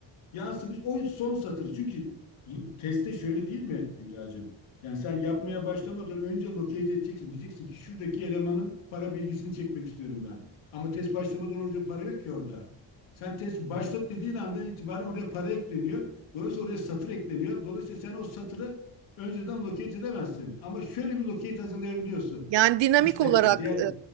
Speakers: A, on the left; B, on the right.
A: yansımış o son satırı. Çünkü teste şöyle değil mi Hülya'cığım? Yani sen yapmaya başlamadan önce locate edeceksin. Diyeceksin ki şuradaki elemanın para bilgisini çekmek istiyorum ben. Ama test başlamadan önce para yok ki orada. Sen test başlat dediğin andan itibaren oraya para ekleniyor. Dolayısıyla oraya satır ekleniyor. Dolayısıyla sen o satırı önceden locate edemezsin. Ama şöyle bir locate hazırlayabiliyorsun.
B: Yani dinamik
A: XPath'le.
B: olarak
A: Diğer,